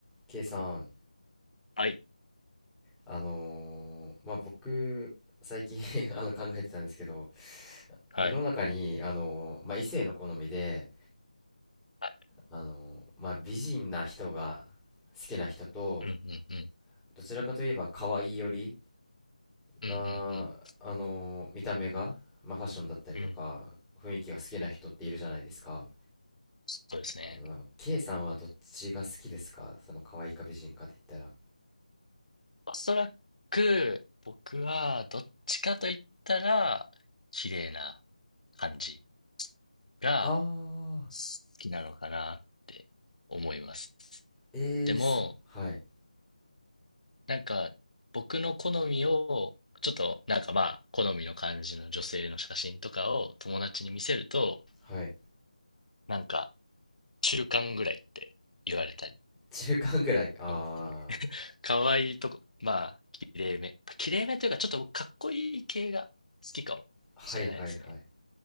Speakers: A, in the centre; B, on the left (about 65°).
A: K さん、
B: はい。
A: あのーまあ、僕、最近 <laughs> あの考えてたんですけど、
B: はい。
A: 世の中に、あのーまあ、異性の好みで、
B: はい
A: あのーまあ、美人な人が好きな人と、
B: うんうんうん。
A: どちらかといえば可愛いより
B: うんうん
A: な、あのー見た目が、まあ、ファッションだったりとか、
B: うん。うん。
A: 雰囲気が好きな人っているじゃないですか。
B: そうですね。
A: あの、K さんはどっちが好きですかその可愛いか美人かって言ったら。
B: おそらく、僕は、どっちかと言ったら、綺麗な感じが
A: あ
B: 好きなのかなって思います。
A: ー、えー、
B: でも、
A: そう、はい、
B: なんか、僕の好みを、ちょっと、なんかまあ、好みの感じの女性の写真とかを友達に見せると、
A: はい。
B: なんか、中間ぐらいって言われたり、
A: 中間ぐらい。あ
B: 本当に可愛いとこ。まあ、綺麗め。綺麗めというか、ちょっと僕かっこいい系が好きかもしれないですね。
A: はいはいはい。